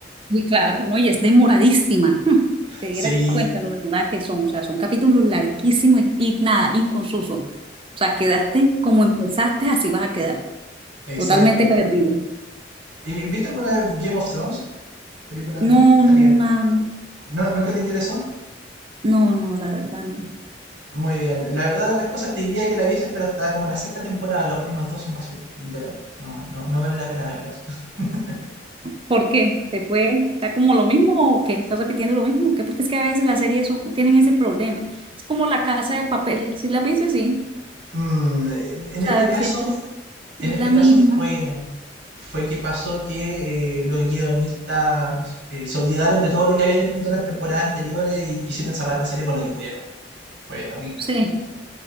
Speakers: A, on the right (about 30°); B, on the right (about 85°).
A: Sí, claro, ¿no? Y es demoradísima. <laughs> Te
B: Sí,
A: dieras cuenta lo demoradas que son. O sea, son capítulos larguísimos y, y nada, inconsusos. O sea, quedaste como empezaste, así vas a quedar.
B: exacto.
A: Totalmente perdido.
B: ¿Y vi- ¿Viste alguna vez Game of Thrones? Película,
A: No,
B: serie.
A: no, na-
B: ¿No, ¿Nunca te interesó?
A: no, no, la verdad no.
B: Muy bien. La verdad de las cosas te diría que la vieses, pero hasta como la sexta temporada, las últimas dos son basura, literal. No, no, no vale la pena verlas. <laughs>
A: ¿Por qué? ¿Te fue? ¿Está como lo mismo o qué? ¿Estás repitiendo lo mismo? ¿Qué? Porque es que a veces las series son- tienen ese problema. Es como la casa de papel. Si la viste, sí.
B: Mm, en en
A: O sea,
B: este caso
A: siempre
B: en
A: es
B: este
A: la
B: caso
A: misma.
B: fue, fue que pasó que eh, los guionistas eh, se olvidaron de todo lo que habían escrito en las temporadas anteriores y quisieron cerrar la serie con lo que pudieron. Fue terrible.
A: Sí,